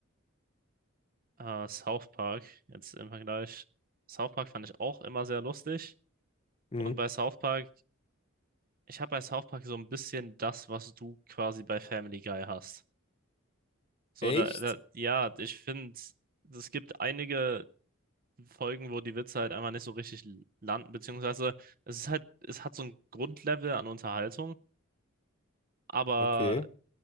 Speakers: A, on the right; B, on the left.
A: äh, South Park, jetzt im Vergleich. South Park fand ich auch immer sehr lustig.
B: Hm.
A: Und bei South Park, ich habe bei South Park so ein bisschen das, was du quasi bei Family Guy hast. So,
B: Echt?
A: da, da, ja, ich finde, es gibt einige Folgen, wo die Witze halt einfach nicht so richtig landen, beziehungsweise es ist halt, es hat so ein Grundlevel an Unterhaltung aber
B: Okay.